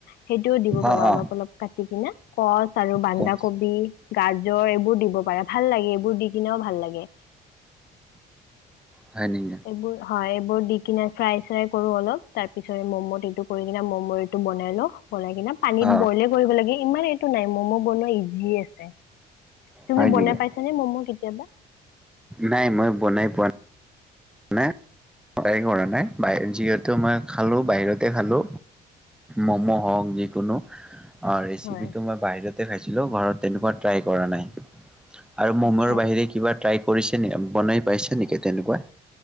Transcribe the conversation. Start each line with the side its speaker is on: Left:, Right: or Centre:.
Left: সেইটোও দিব পাৰা
Centre: অ' অ'
Left: অলপ অলপ কাটি কিনে কচ আৰু বান্দাকবি
Centre: কোৱা।
Left: গাজৰ এইবোৰ দিব পাৰা ভাল লাগে এইবোৰ দি কিনেও ভাল লাগে
Centre: হয় নেকি?
Left: এইবোৰ হয় এইবোৰ দি কিনে ফ্ৰাই চ্ৰাই কৰো অলপ তাৰ পিছত মম কৰি কিনে মম টো বনাই লওঁ বনাই কিনে পানীত
Centre: অ'
Left: বইলে কৰিব লাগে ইমান এইটো নাই ম'ম' বনোৱা ইজি আছে তুমি
Centre: হয় নেকি?
Left: বনাই পাইছানে মম' কেতিয়াবা
Centre: নাই মই বনাই পোৱা নাই মই ট্ৰাই কৰা নাই যিহেতু মই খালোঁ বাহিৰতে খালো মম' হওক যিকোনো অ ৰেচিপিটো
Left: হয়
Centre: মই বাহিৰতে খাইছিলোঁ ঘৰত তেনেকুৱা ট্ৰাই কৰা নাই আৰু মমৰ
Left: আচ্ছা
Centre: বাহিৰে কিবা টাই কৰিছে নেকি বনাই পাইছে নেকি তেনেকুৱা